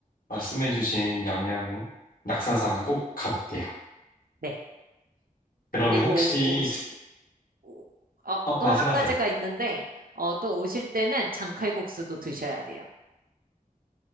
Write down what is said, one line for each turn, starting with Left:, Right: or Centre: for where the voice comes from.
Left: 말씀해주신 양양 낙산사는 꼭 가볼게요.
Right: 네.
Left: 그러면
Right: 그리고
Left: 혹시,
Right: 오, 오, 시- 오- 어,
Left: 어,
Right: 또
Left: 말씀하세요.
Right: 한 가지가 있는데, 어, 또 오실 때는 장칼국수도 드셔야 돼요.